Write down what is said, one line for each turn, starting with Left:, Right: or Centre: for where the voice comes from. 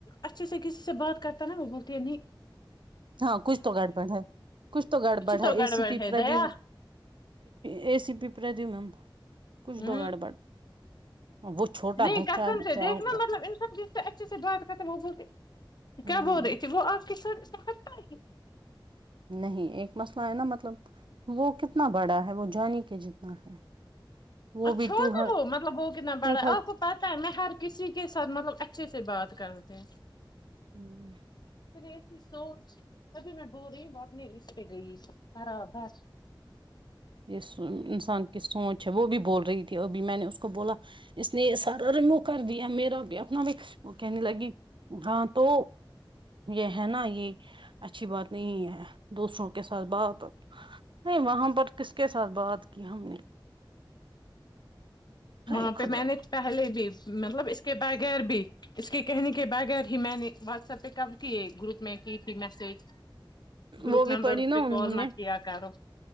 Left: اچھے سے کسی سے بات کرتا ہے نا وہ بولتی ہے نہیں
Right: ہاں کچھ تو گڑبڑ ہے کچھ تو گڑبڑ
Left: تو
Right: ہے ا
Left: گڑبڑ
Right: سی پیپر
Left: ہے دیا
Right: بھی اے سی پیپر بھی میم کچھ
Left: ہ
Right: تو گڑبڑ وہ چھوٹا
Left: نہیں
Right: بچہ
Left: قسم
Right: ہے
Left: سے
Right: کیا
Left: دیکھناا
Right: ہوا
Left: مطلب ان سب چیز سے اچھے سے بات ختم وہ ب
Right: ہوں
Left: کیا بول رہی تھی وہ آپ کس ستا ہے
Right: نہیں ایک مسئلہ ہے نا مطلب وہ کتنا بڑا ہے وہ جانی کہ جتنا ہے وہ بھی
Left: چھو
Right: ٹو
Left: نا وہ مطلب وہ کہتنا بڑا
Right: ٹو
Left: ہے آپ کو پت ہے میں ہر کسی کے ساتھ مطلب اچھے سے بات کروں پ
Right: تھاؤزینڈ
Left: کھر ایسی سوچ کبھی میں ب رہی ب اپنے رس پہ گئی برابر
Right: یہ انسان کی سوچ ہے وہ بھی بول رہی تھی ابھی میں نے اس کو بولا اس نے یہ سارا رموو کر دیا میرا بھی اپنا بھی وہ کہنے لگی ہاں تو یہ ہے نا یہ اچھی بات نہیں ہے دوسروں کے ساتھ بات نہیں وہاں پر ک اس کے ساتھ بات کی ہم نے ہائے
Left: وہاں
Right: خدا
Left: پہ میں نے پہلے بھی مطلب ا اس کے بغیر بھی اس کے کہنے کے بغیر ہی میں نے واٹسپ پہ ک کیے گروپ میں کی تھی میسج گروپ
Right: وہ بھی
Left: نمبر
Right: پڑھی
Left: پہ
Right: نا انہوں
Left: کال
Right: نے
Left: م کیا کرو